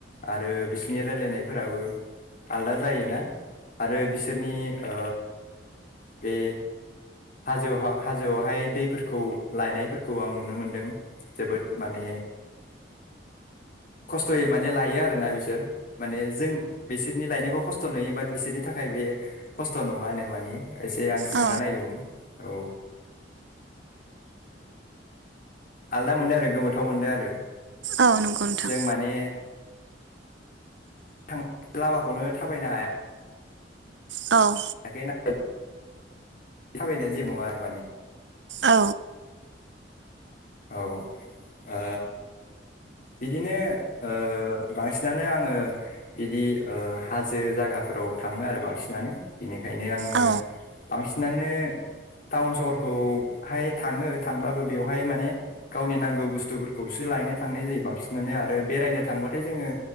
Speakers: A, on the left; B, on the right.
A: आरो बिसोरनि रायलायनायफोराबो आलदा जायोना आरो बिसोरनि ओ बे हाजौहा हाजोआवहाय दैफोरखौ लायनायफोरखौ आं नुनो मोनदों जोबोद माने खस्थयै माने लायो आरो ना बिसोर माने जों बेसे थायनायखौ खस्थ' नुयो बाट बिसोरनि थाखाय बे खस्थ' नङानो मानि एसे आं सोंना
B: औ
A: नायदोंमोन। औ आलदा मोनदों आरो गोमोथाव मोनदों आरो
B: औ नंगौ नोंथां।
A: जों माने थां लामाखौनो थाबायनो हाया
B: औ
A: नाखै न थाबायनाय जे नङा माने
B: औ
A: औ आ बिदिनो ओ बांसिनानो आङो बिदि ओ हाजो जायगा फोराव थाङो आरो बांसिनानो बिनिखायनो आङो
B: औ
A: बांसिन माने टाउन सहरखौहाय थाङो थांब्लाबो बेवहाय माने गावनि नांगौ बुस्थुफोरखौसो लायनो थांनाय जायो बांसिनानो आरो बेरायनो थांबाथाय जोङो